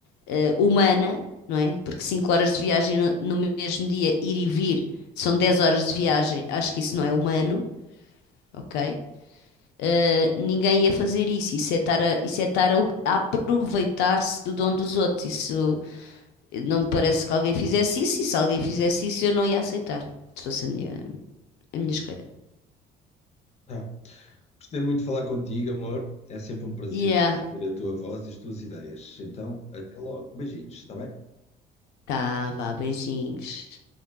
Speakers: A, on the left; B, on the left.
A: eh, humana, não é? Porque 5 horas de viagem no, no mesmo dia, ir e vir, são 10 horas de viagem, acho que isso não é humano, ok? Uh, ninguém ia fazer isso. Isso é estar a, isso é estar a, op- a aproveitar-se do dom dos outros. Isso eh, não me parece que alguém fizesse isso. E se alguém fizesse isso, eu não ia aceitar. Se fosse a minha, a minha escolha.
B: Ah, Gostei muito de falar contigo, amor. É sempre um prazer
A: Yeah.
B: ouvir a tua voz e as tuas ideias. Então, até logo. Beijinhos, está bem?
A: Tá, vá, beijinhos.